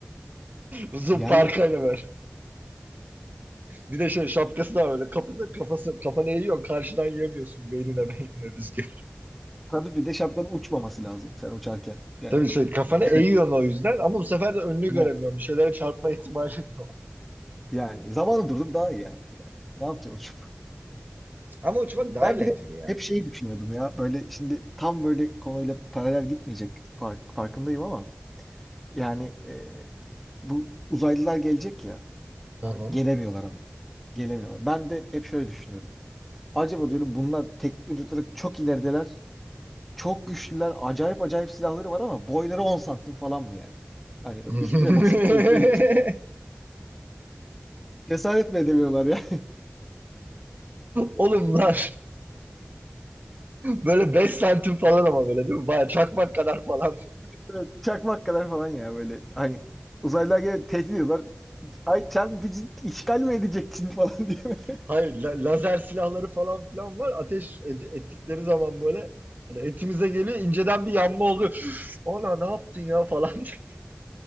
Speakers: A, on the right; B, in the centre.
A: Uzun
B: Yani
A: parkayla böyle. Bir de şey şapkası da var öyle. Kapıda kafası, kafanı eğiyorsun. Karşıdan yemiyorsun beynine beynine rüzgar.
B: tabii bir de şapkanın uçmaması lazım sen uçarken. Yani
A: Tabii şey kafanı
B: düşerek.
A: eğiyorsun o yüzden ama bu sefer de önünü
B: Ha,
A: göremiyorum. Bir şeylere çarpma ihtimali var.
B: Yani zamanı durdurup daha iyi ya. Ne yapacaksın uçup?
A: Ama uçmak daha
B: Ben
A: eğlenceli
B: bir de
A: ya.
B: hep şeyi düşünüyordum ya. Böyle şimdi tam böyle konuyla paralel gitmeyecek fark, farkındayım ama yani e, bu uzaylılar gelecek ya.
A: Hı
B: A-
A: hı.
B: Gelemiyorlar ama. Gelemiyorlar. Ben de hep şöyle düşünüyorum. Acaba diyorum bunlar teknolojik olarak çok ilerideler Çok güçlüler. Acayip acayip silahları var ama boyları 10 santim falan mı yani? Hani böyle
A: <laughs>
B: üstüne basıp öldürelim. Cesaret mi edemiyorlar ya?
A: Oğlum lan. Böyle 5 santim falan ama böyle değil mi? Baya çakmak kadar falan.
B: <laughs> Böyle Çakmak kadar falan ya böyle. Hani uzaylılar gelip tehdit ediyorlar. Ay sen bizi işgal mi edeceksin <laughs> falan diye böyle.
A: Hayır la- lazer silahları falan filan var. Ateş ed- ettikleri zaman böyle hani etimize geliyor inceden bir yanma oluyor. <sniffs> Ona ne yaptın ya falan <laughs>